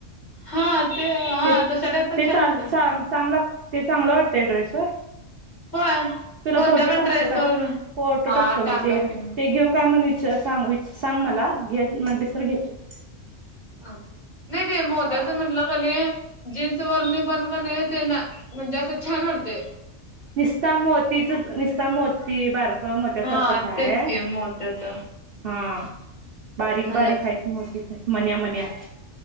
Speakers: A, on the left (about 35°); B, on the right (about 55°).
A: हा, ते हा
B: ते -ते
A: तशा टाईप पण छान
B: चाल
A: वाटतात
B: चांग ते चांगलं वाटतंय ड्रेस वर,
A: होय
B: तुला
A: कोणत्या
B: फोटो
A: पण
B: टाकतो
A: ड्रेस
B: काय,
A: वर
B: फोटो
A: हा
B: टाकतो
A: टाका
B: मी ते,
A: की
B: ते घेऊ काय म्हण विच सांग अ सांग मला, घेच म्हटलीस तर घेतो.
A: सांग, नाही ते मोत्याचं
B: बा
A: म्हटलं क नाही जीन्स वरणी पण क नाही ते ना, म्हणजे ते असं छान वाटतंय.
B: निस्ता मोतीचच, निस्ता मोती बारकं मोत्यासारखंच
A: हा
B: हाय
A: तेच की मोत्याच
B: हा बारीक
A: म्हणच
B: बारीक हायत मोती, मन्या मन्या